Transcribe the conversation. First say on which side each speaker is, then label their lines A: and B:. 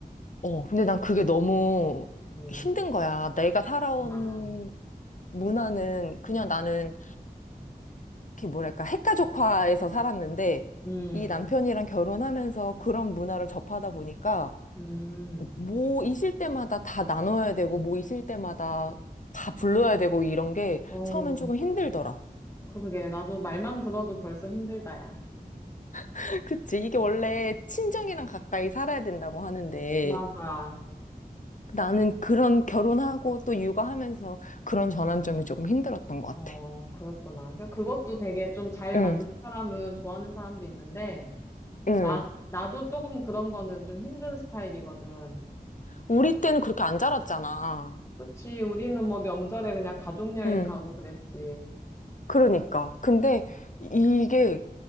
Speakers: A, on the left (about 55°); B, on the left (about 20°).
A: 어, 근데 난 그게 너무
B: 음,
A: 힘든 거야. 내가 살아온
B: 나.
A: 문화는 그냥 나는 이렇게 뭐랄까 핵가족화에서 살았는데
B: 음,
A: 이 남편이랑 결혼하면서 그런 문화를 접하다 보니까
B: 음,
A: 뭐 있을 때마다 다 나눠야 되고, 뭐 있을 때마다 다 불러야 되고, 이런 게
B: 어,
A: 처음엔 조금 힘들더라.
B: 그러게. 나도 말만 들어도 벌써 힘들다, 야.
A: <laughs> 그치. 이게 원래 친정이랑 가까이 살아야 된다고 하는데,
B: 맞아.
A: 나는 그런 결혼하고 또 육아하면서 그런 전환점이 조금 힘들었던 것 같아.
B: 어, 그랬구나. 그래서 그것도 되게 좀 잘
A: 응,
B: 맞는 사람은 좋아하는 사람도 있는데, 나,
A: 응.
B: 나도 조금 그런 거는 좀 힘든 스타일이거든.
A: 우리 때는 그렇게 안 자랐잖아.
B: 그치, 우리는 뭐 명절에 그냥 가족여행
A: 응.
B: 가고 그랬지.
A: 그러니까. 근데 이게